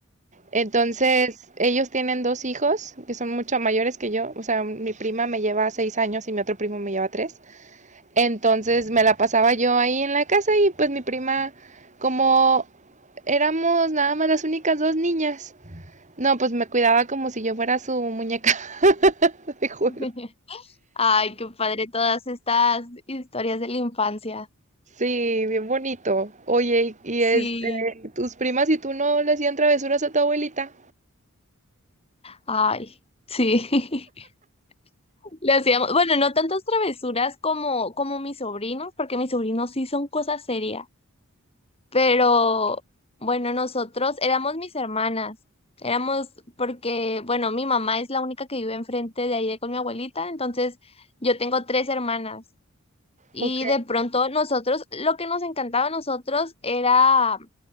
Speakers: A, on the right; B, on the left.
A: Entonces, ellos tienen dos hijos que son mucho mayores que yo. O sea, mi prima me lleva seis años y mi otro primo me lleva tres. Entonces, me la pasaba yo ahí en la casa y pues mi prima, como éramos nada más las únicas dos niñas, no, pues me cuidaba como si yo fuera su muñeca <laughs> de juego.
B: <laughs> Ay, qué padre todas estas historias de la infancia.
A: Sí, bien bonito. Oye, y,
B: Sí,
A: y este, tus primas y tú no le hacían travesuras a tu abuelita.
B: ay, sí. <laughs> Le hacíamos, bueno, no tantas travesuras como como mis sobrinos, porque mis sobrinos sí son cosas serias. Pero bueno, nosotros éramos mis hermanas. Éramos porque, bueno, mi mamá es la única que vive enfrente de ahí de con mi abuelita, entonces yo tengo tres hermanas. Y
A: Ok.
B: de pronto nosotros, lo que nos encantaba a nosotros era,